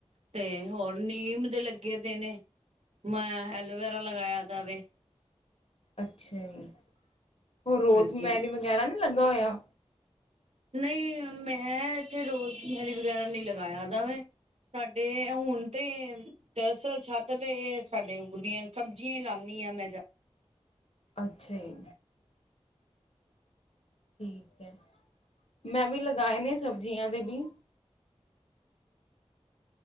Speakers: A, on the right; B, on the left.
A: ਤੇ ਹੋਰ ਨੀਮ ਦੇ ਲੱਗੇ ਦੇ ਨੇ, ਮੈਂ ਐਲੋਵੇਰਾ ਲਗਾਯਾ ਦਾ ਵੇ।
B: ਅੱਛਾ ਜੀ, ਹੋਰ ਰੋਜ਼
A: ਹਾਂਜੀ।
B: ਮੈਰੀ ਵਗੈਰਾ ਨੀ ਲੱਗਾ ਹੋਏਆ।
A: ਨਈ ਮੈਂ ਐਥੇ ਰੋਜ਼ ਮੈਰੀ ਵਗੈਰਾ ਨਈ ਲਗਾਯਾ ਦਾ ਵੇ। ਸਾਡੇ ਹੁਨ ਤੇ ਦਰ ਅਸਲ ਛੱਤ ਤੇ ਸਾਡੇ ਉਂਗਦੀਆਂ ਸਬਜ਼ੀਆਂ ਲਾਂਨੀ ਮੈਂ ਜਾਦਾ
B: ਅੱਛਾ ਜੀ। ਠੀਕ ਐ, ਮੈਂ ਵੀ ਲਗਾਏ ਨੇ ਸਬਜ਼ੀਆਂ ਦੇ ਵੀ।